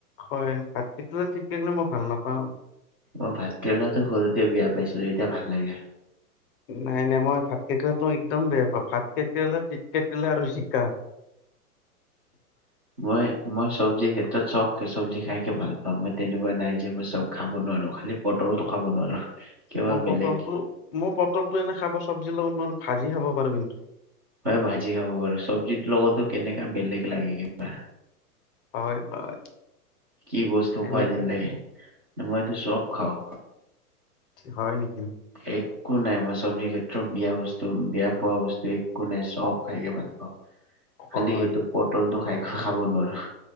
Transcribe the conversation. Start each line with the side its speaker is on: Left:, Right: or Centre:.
Left: হয় ভাত কেৰেলা তিতা কেৰেলা মই ভাল নাপাওঁ। পাওঁ
Right: মই ভাতকেৰেলাটো সৰুতে বেয়া পাইছিলো এতিয়া ভাল লাগে।
Left: নাই নাই মই ভাত কেৰেলাটো একদম বেয়া পাওঁ। ভাত কেৰেলা, তিতা কেৰেলা আৰু জিকা
Right: মই মই চব্জি ক্ষেত্ৰত চব চব্জি খাইকে ভাল পাওঁ। মই তেনেকুৱা নাই যে মই চব খাব নোৱাৰো খালি পটলতটো খাব নোৱাৰো। কিবা
Left: মই
Right: বেলেগ
Left: পটলটো মই পটলটো এনে খাব চব্জিৰ লগত নোৱাৰো। ভাজি খাব পাৰো কিন্তু।
Right: ময়ো ভাজি খাব পাৰো। চব্জিতোৰ লগতো কেনেকা বেলেগ লাগে কিবা।
Left: হয় হয়
Right: কি বস্তু
Left: তেনেকে
Right: খোৱাই যেন লাগে? ই মইতো চব খাওঁ।
Left: হয় নেকি?
Right: এক কো নাই, মই চব্জিৰ ক্ষেত্ৰত বেয়া বস্তু বেয়া পোৱা বস্তু একো নাই চব খাইকে ভাল পাওঁ।
Left: হয়
Right: খালি এইটো পটলটো খাই খাব নোৱাৰো।